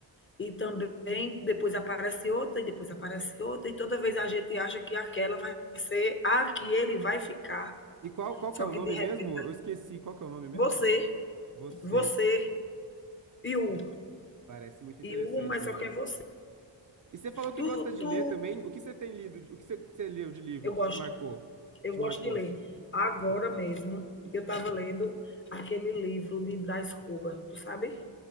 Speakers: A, on the left; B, on the right.
A: E também, depois aparece outra, e depois aparece outra, e toda vez a gente acha que aquela vai ser a que ele vai ficar.
B: E qual, qual
A: Só
B: que é o
A: que,
B: nome
A: de repente,
B: mesmo? Eu esqueci. Qual que é o nome mesmo?
A: você,
B: Você.
A: você e o,
B: Parece muito interessante
A: e o, mas
B: mesmo.
A: só que é você.
B: E você falou que
A: Tu,
B: gosta de
A: tu,
B: ler também. O que você tem lido? de- O que você, você leu de livro
A: eu
B: que
A: gosto,
B: te marcou? Que
A: eu
B: te
A: gosto
B: marcou
A: de ler.
B: assim?
A: Agora mesmo, eu estava lendo aquele livro de Brás Cuba, tu sabe?